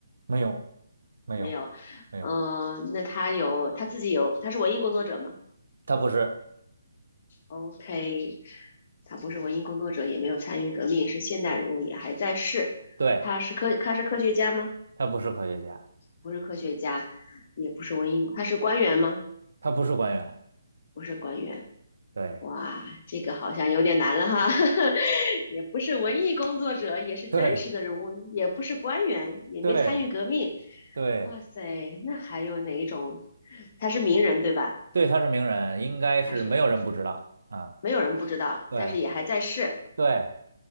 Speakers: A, on the right; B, on the left.
A: 没有，没有，
B: 没有。
A: 没有，
B: 嗯、呃那他有他自己有，他是文艺工作者吗
A: 他不是，
B: ？OK，他不是文艺工作者，也没有参与革命，是现代人物，也还在世。
A: 对，
B: 他是科他是科学家吗？
A: 他不是科学家，
B: 不是科学家，也不是文艺，他是官员吗？
A: 他不是官员，
B: 不是官员。
A: 对，
B: 哇，这个好像有点难了哈，<laughs> 也不是文艺工作者，也是真实的人物，
A: 对，
B: 也不是官员，也没参与革命。
A: 对，对，
B: 哇塞，那还有哪一种他是名人对吧？
A: 对，他是名人，应该是没有人不知道啊，
B: 他是没有人不知道，
A: 对，
B: 但是也还在世。
A: 对，